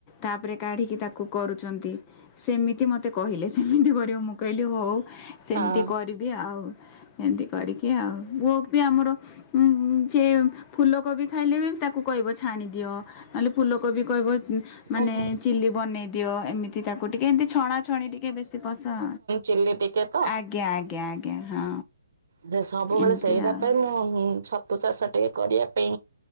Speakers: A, on the left (about 20°); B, on the right (about 60°).
A: ତାପରେ କାଢିକି ତାକୁ କରୁଚନ୍ତି ସେମିତି ମତେ କହିଲେ ସେମିତି କରିବ ମୁଁ କହି ଲି ହଉ ସେମିତି
B: ହଁ।
A: କରିବି ଆଉ ଏମିତି କରିକି ଆଉ <unintelligible> ପି ଆମର ଉଁ ଯେ ଫୁଲକୋବି ଖାଇଲେ ବି ତାକୁ କହିବ ଛାଣିଦିଅ। ନହେଲେ ଫୁଲକୋବି କହିବ ମାନେ
B: ଓହୋ
A: ଚିଲି ବନେଇ ଦିଅ ଏମି ତି ତାକୁ ଟିକେ ଏମିତି ଛଣାଛଣି ଟିକେ ବେଶୀ ପସନ୍ଦ।
B: ଚିଲ୍ଲି ଟିକେ ତ
A: ଆଜ୍ଞା ଆଜ୍ଞା ଆଜ୍ଞା ହଁ।
B: ଦେ ସବୁବେଳେ
A: ଏମିତି
B: ସେଇଟା
A: ଆଉ
B: ପାଇଁ ମୁଁ ଛତୁ ଚାଷ ଟିକେ କରିବା ପାଇଁ